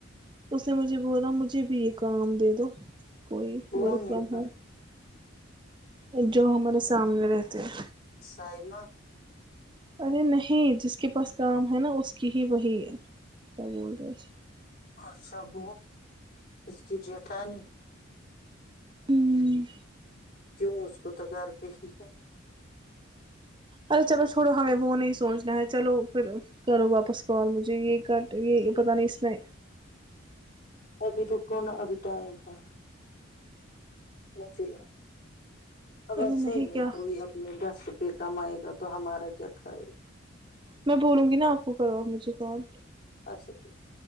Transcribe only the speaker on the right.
اس نے مجھے بولا مجھے مجھے بھی ایک کا آم دے دو کوئی
ورک
فرم ہو جو ہمارے سامنے رہتے ہیں
ارے نہیں جس کے پاس کام ہے نا اس کی ہی وہی کیا بول رہے
ہوں
ارے چلو چھوڑو ہمیں وہ نہیں سوچنا ہے چلو پھر کرو واپس کال مجھے یہ کر یہ پتا نہیں اس میں
ارے
نہیں
کیا
میں بولوں گی نا آپ کو کروا مجھے کال